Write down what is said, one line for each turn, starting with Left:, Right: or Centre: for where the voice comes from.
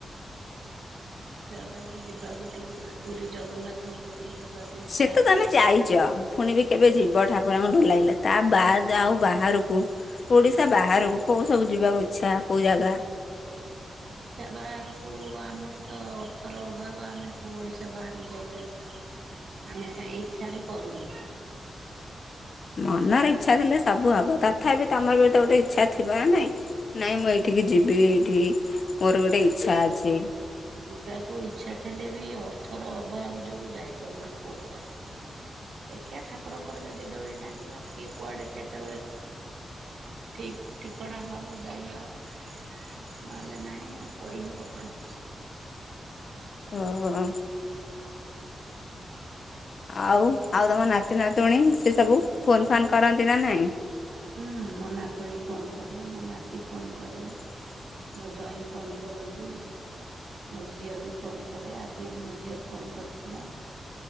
Right: ବାହାର ଜାଗାକୁ ଯିବାକୁ ଟିକେ ପୁରୀ ଜଗନ୍ନାଥଙ୍କ କତିକି ଯିବାକୁ ଇଚ୍ଛା
Left: ସେ ତ
Right: ଅଛି।
Left: ତମେ ଯାଇଚ। ପୁଣି ବି କେବେ ଯିବ ଠାକୁରଙ୍କ ଡୋରୀ ଲାଗିଲେ। ତା ବାଦ୍ ଆଉ ବାହାରକୁ ଓଡିଶା ବାହାରକୁ କୋଉ ସବୁ ଯିବାକୁ ଇଚ୍ଛା କୋଉ ଜାଗା?
Right: ଓ <inaudible> ଓଡ଼ିଶା ବାହାରକୁ ଆମର ତ ଅର୍ଥର ଅଭାବ, ଆମେ କୋଉ ଓଡ଼ିଶା ବାହାରକୁ ଯାଇପାରିବୁ। ଆମେ ଚାହିଁ ଇଚ୍ଛା ବି କରୁନୁ।
Left: ମନରେ
Right: ଆମର
Left: ଇଚ୍ଛା ଥିଲେ ସବୁ ହବ। ତଥାପି ତମର ବି ତ ଗୋଟେ ଇଚ୍ଛା ଥିବ ନା ନାଇଁ। ନାଇଁ ମୁଁ ଏଇଠିକି ଯିବି, ଏଇଠି ମୋର ଗୋଟେ ଇଚ୍ଛା ଅଛି।
Right: ଯିବାକୁ ଇଚ୍ଛା ଥିଲେ ବି ଅର୍ଥର ଅଭାବ ଯୋଗୁ ଯାଇପାରୁନୁ କୋଉଆଡେ। ଦେଖିଆ ଠାକୁରଙ୍କର ଯଦି ଡୋରି ନାଗିଲା କିଏ କୁଆଡେ କେତେବେଳେ ଠିକ୍ ଠିକଣା ହବ ଯାଇହବ ନହେଲେ ନାଇଁ ଆଉ। କହି ହବ କଣ।
Left: ଅଁ। ଆଉ ଆଉ ତମ ନାତି ନାତୁଣୀ ସେ ସବୁ ଫୋନ ଫାନ୍ କରନ୍ତି ନା ନାହିଁ?
Right: ହୁଁ ମୋ ନାତୁଣୀ ଫୋନ କରେ ମୋ ନାତି ଫୋନ କରେ।
Left: <inaudible>
Right: ମୋ ଜୋଇଁ ଫୋନ କରନ୍ତି। ମୋ ଝିଅ ବି ଫୋନ କରେ ଆଜି ବି ମୋ ଝିଅ ଫୋନ କରିଥିଲା।